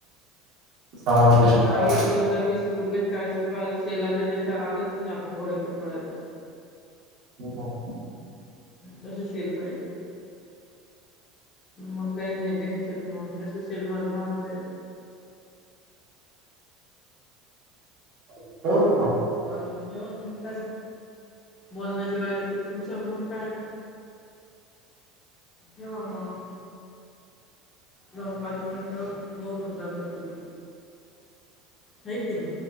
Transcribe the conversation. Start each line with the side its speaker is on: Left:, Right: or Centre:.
Right: चालतय
Left: मग
Right: चालतय
Left: एक दोनदा वीस रुपय चाळीस रुपय वाला सेल आले त्या विचार आलंच नाही आपण घोडेकर म्हणात
Right: हम्
Left: तसे शेल पाहिजे. मग काही नाही टेन्शन नाही. मग तस सेल मधून आणता येत ह <inaudible>
Right: मग
Left: हम् चालेल हो मग काय बोलण्याची वारी आहे. तर तुमचं मग काय, ठेवा मग. दोन पाच मिनटं बोर होऊन जातात तुम्ही, हाय कणी